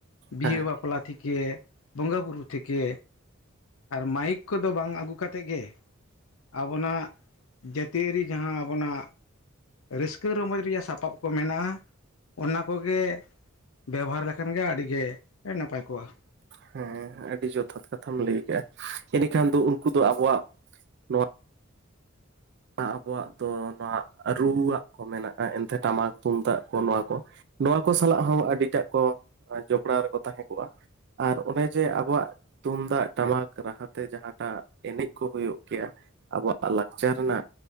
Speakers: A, on the left (about 75°); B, on the right (about 55°).
A: ᱵᱤᱦᱟᱹ
B: ᱦᱮᱸ
A: ᱵᱟᱯᱞᱟ ᱛᱷᱤᱠᱮ ᱵᱚᱸᱜᱟ ᱵᱩᱨᱩ ᱛᱷᱮᱠᱮ ᱟᱨ ᱢᱟᱭᱤᱠ ᱠᱚᱫᱚ ᱵᱟᱝ ᱟᱹᱜᱩ ᱠᱟᱛᱮ ᱜᱮ ᱟᱵᱚᱱᱟᱜ ᱡᱟᱹᱛᱤᱭᱟᱹᱨᱤ ᱡᱟᱦᱟᱸ ᱟᱵᱚᱱᱟᱜ ᱨᱟᱹᱥᱠᱟᱹ ᱨᱚᱢᱚᱡᱽ ᱨᱮᱭᱟᱜ ᱥᱟᱯᱟᱯ ᱠᱚ ᱢᱮᱱᱟᱜᱼᱟ ᱚᱱᱟ ᱠᱚᱜᱮ ᱵᱮᱵᱚᱦᱟᱨ ᱞᱮᱠᱷᱟᱱ ᱜᱮ ᱟᱹᱰᱤᱜᱮ ᱱᱟᱯᱟᱭ ᱠᱚᱜᱼᱟ
B: ᱦᱮᱸ ᱟᱹᱰᱤ ᱡᱚᱛᱷᱟᱛ ᱠᱟᱛᱷᱟᱢ ᱞᱟᱹᱭ ᱠᱟᱜᱼᱟ ᱮᱸᱰᱮᱠᱷᱟᱱ ᱫᱚ ᱩᱱᱠᱩ ᱫᱚ ᱟᱵᱚᱣᱟᱜ ᱱᱚᱣᱟ ᱟᱵᱚᱣᱟᱜ ᱫᱚ ᱱᱚᱣᱟ ᱨᱩᱣᱟᱜ ᱠᱚ ᱢᱮᱱᱟᱜᱼᱟ ᱮᱱᱛᱮ ᱴᱟᱢᱟᱠ ᱛᱩᱢᱫᱟᱜ ᱠᱚ ᱱᱚᱣᱟ ᱠᱚ ᱱᱚᱣᱟ ᱠᱚ ᱥᱟᱞᱟᱜ ᱦᱚᱸ ᱟᱹᱰᱤᱴᱟᱜ ᱠᱚ ᱡᱚᱯᱲᱟᱣ ᱨᱮᱠᱚ ᱛᱟᱦᱮᱸ ᱠᱚᱜᱼᱟ ᱟᱨ ᱚᱱᱮ ᱡᱮ ᱟᱵᱚᱣᱟᱜ ᱛᱩᱢᱫᱟᱜ ᱴᱟᱢᱟᱠ ᱨᱟᱦᱟᱛᱮ ᱡᱟᱦᱟᱸᱟᱴᱟᱜ ᱮᱱᱮᱡ ᱠᱚ ᱦᱩᱭᱩᱜ ᱜᱮᱭᱟ ᱟᱵᱚᱣᱟᱜ ᱞᱟᱠᱪᱟᱨ ᱨᱮᱱᱟᱜ